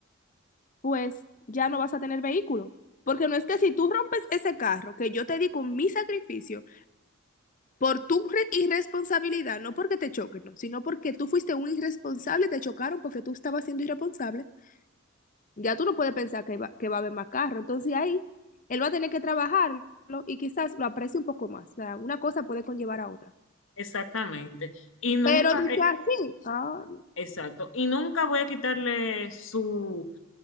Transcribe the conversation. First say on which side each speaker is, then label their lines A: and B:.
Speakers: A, on the left (about 40°); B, on the left (about 70°).
A: pues ya no vas a tener vehículo. Porque no es que si tú rompes ese carro que yo te di con mi sacrificio, por tu re- irresponsabilidad, no porque te choquen, no, sino porque tú fuiste un irresponsable, te chocaron porque tú estabas siendo irresponsable, ya tú no puedes pensar que va, que va a haber más carro. Entonces ahí él va a tener que trabajarlo y quizás lo aprecie un poco más. O sea, una cosa puede conllevar a otra.
B: exactamente. Y nunca,
A: Pero dice
B: eh,
A: así, ah,
B: Exacto. Y nunca voy a quitarle su,